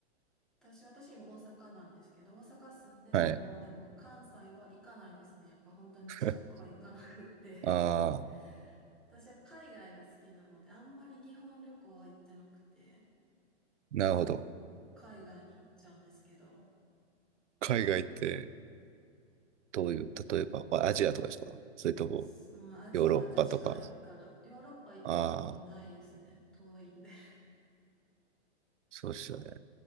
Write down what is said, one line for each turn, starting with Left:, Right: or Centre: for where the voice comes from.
Centre: 私、私今大阪なんですけど、大阪住んでても、
Right: はい。
Centre: でも関西は行かないですね。やっぱ本当に近くは行かなくって。
Right: <laughs> ああ。
Centre: <laughs> 私やっぱ海外が好きなので、あんまり日本旅行は行ってなくて、
Right: なるほど。
Centre: いつも海外に行っちゃうんですけど、
Right: 海外って、どういう、例えば、まあアジアとかですかそれとも、
Centre: すうん、アジアがやっぱ近いから、
Right: ヨーロッパとか。
Centre: ヨーロッパ行ったことないですね。
Right: ああ、
Centre: 遠いんで。<laughs>
Right: そうですよね。